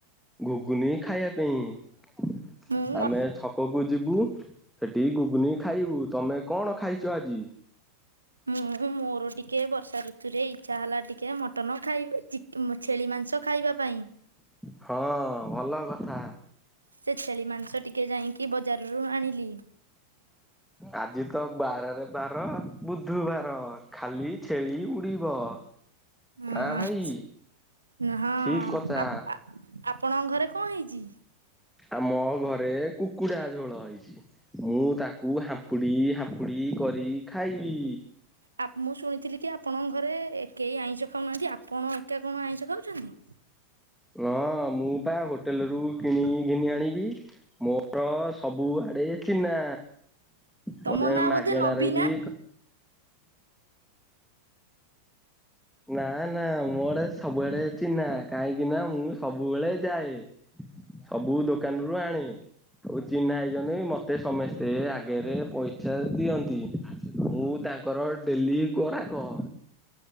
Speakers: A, in the centre; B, on the right.
A: ଘୁଗୁନି ଖାଇବା ପାଇଁ।
B: ମୁଁ ମ
A: ଆମେ ଛକକୁ ଯିବୁ ସେଠି ଗୁଗୁନି ଖାଇବୁ ତମେ କଣ ଖାଇଛ ଆଜି।
B: ମୁଁ। ମୋର ଟିକେ ବର୍ଷା ଋତୁରେ ଇଚ୍ଛା ହେଲା ଟିକେ ମଟନ ଚି ଖାଇ ଛେଳି ମାଂସ ଖାଇବା ପାଇଁ
A: ହଁ ଭଲ କଥା
B: ସେ ଛେଳି ମାଂସ ଟିକେ ଯାଇ କି ବଜାର ରୁ ଆଣିଲି।
A: ଆଜି ତ ବାରରେ ବାର। ବୁଧବାର ଖାଲି ଛେଳି ଉଡ଼ିବ
B: ହଁ
A: ନା ଭାଇ।
B: ହଁ
A: ଠିକ କଥା
B: ଆପଣଙ୍କ ଘରେ କଣ ହେଇଛି।
A: ଆମ ଘରେ କୁକୁଡା ଝୋଳ ହେଇଛି ମୁଁ ତାକୁ ହାମ୍ପୁଡି ହାମ୍ପୁଡ଼ି ପକୁଡି କରି ଖାଇବି।
B: ଆ ମୁଁ ଶୁଣିଥିଲି କି ଆପଣଙ୍କ ଘରେ କେହି ଆଇଁଷ ଖାଉନାହାନ୍ତି ଆପଣ ଏକା କଣ ଆଇଁଷ ଖାଉଛନ୍ତି।
A: ହଁ ମୁଁ ତା ହୋଟେଲ ରୁ କିଣି ଘିନି ଆଣିବି ମୋର ସବୁଆଡେ ଚିହ୍ନା। ମତେ
B: ତମ ନାଁ
A: ମାଗେଣାରେବି।
B: ବୋଧେ ନବୀନା
A: ନା ନା ମୋଡେ ସବୁବେଡ ଚିହ୍ନା କାହିଁକି ନା ମୁଁ ସବୁବେଳେ ଯାଏ। ସବୁ ଦୋକାନରୁ ଆଣି। ଆଉ ଚିହ୍ନା ହେଇଛନ୍ତି ମତେ ସମସ୍ତେ ଆଗରେ ପଇସା ଦିଅନ୍ତି। ମୁଁ ତାଙ୍କର ଡେଲି ଗରା କହ।